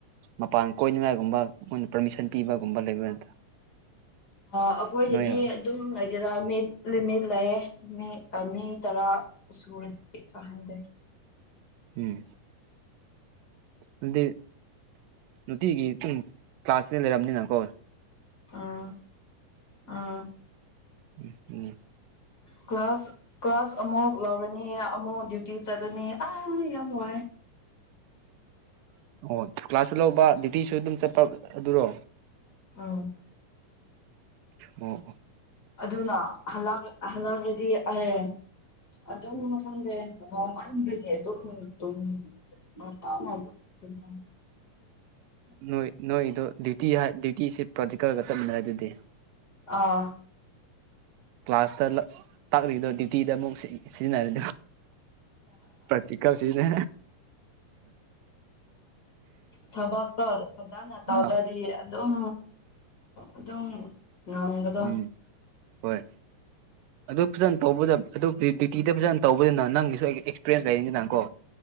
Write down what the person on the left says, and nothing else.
ꯑꯥ ꯑꯈꯣꯢꯒꯤꯗꯤ
ꯗꯨꯝ ꯂꯩꯒꯦꯔ ꯃꯤꯠ ꯂꯤꯃꯤꯠ ꯂꯩꯌꯦ ꯃꯤꯠ ꯃꯤ ꯇꯔꯥ ꯁꯨꯔꯗꯤ ꯆꯥꯍꯟꯗꯦ
ꯑꯥ ꯑꯥ
ꯀ꯭ꯂꯥꯁ ꯀ꯭ꯂꯥꯁ ꯑꯃꯨꯛ ꯂꯧꯔꯅꯤ ꯑꯃꯨꯛ ꯗ꯭ꯌꯨꯇꯤ ꯆꯠꯂꯅꯤ ꯑꯥ ꯌꯥꯝ ꯋꯥꯏ
<unintelligible>
ꯑꯗꯨꯅ ꯍꯜꯂꯛ ꯍꯜꯂꯛꯂꯗꯤ ꯑꯦ ꯑꯗꯨꯝꯕ ꯐꯪꯗꯦ ꯋꯥꯃꯟꯕꯒꯤ ꯑꯗꯨꯝ ꯇꯨꯝꯃꯦ <unintelligible>
ꯑꯥ
ꯊꯕꯛꯇꯣ ꯐꯖꯅ ꯇꯧꯗ꯭ꯔꯗꯤ
ꯑꯗꯨꯝ ꯑꯗꯨꯝ <unintelligible>